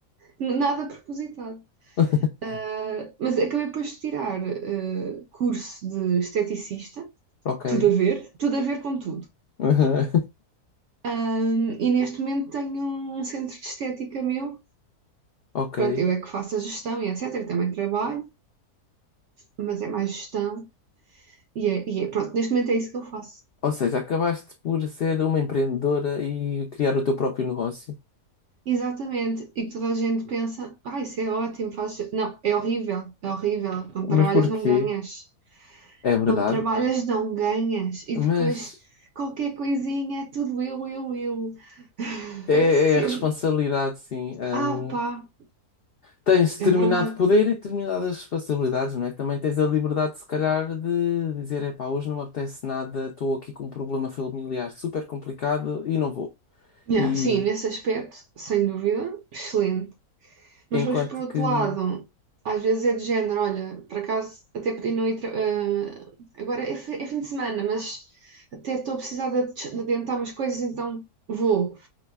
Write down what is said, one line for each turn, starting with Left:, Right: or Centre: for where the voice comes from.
Right: nada propositado.
Left: <laughs>
Right: Ah, mas acabei depois de tirar ah, curso de esteticista,
Left: Ok.
Right: tudo a ver, tudo a ver com tudo.
Left: Aham.
Right: Ah, e neste momento tenho um centro de estética meu.
Left: Ok.
Right: Pronto, eu é que faço a gestão e etc. também trabalho. mas é mais gestão e é, e é- pronto, neste momento é isso que eu faço.
Left: Ou seja, acabaste por ser uma empreendedora e criar o teu próprio negócio.
Right: Exatamente, e que toda a gente pensa, ah, isso é ótimo, fazes... Não, é horrível, é horrível, não trabalhas,
Left: Mas porquê?
Right: não ganhas.
Left: É verdade.
Right: Não trabalhas, não ganhas. E
Left: Mas
Right: depois qualquer coisinha é tudo eu, eu, eu. <laughs>
Left: é,
Right: É sempre.
Left: é responsabilidade, sim. Hum,
Right: Ah, pá,
Left: tens determinado
Right: é verdade.
Left: poder e determinadas responsabilidades, não é? Também tens a liberdade, se calhar, de dizer: epá, hoje não me apetece nada, estou aqui com um problema familiar super complicado e não vou.
Right: Yeah,
Left: E
Right: sim, nesse aspecto, sem dúvida, excelente. Mas
Left: enquanto
Right: depois, por outro
Left: que.
Right: lado, às vezes é de género, olha, por acaso até podia não ir. tra- eh, agora é, fi- é fim de semana, mas até estou a precisar de, ades- de adiantar umas coisas, então vou.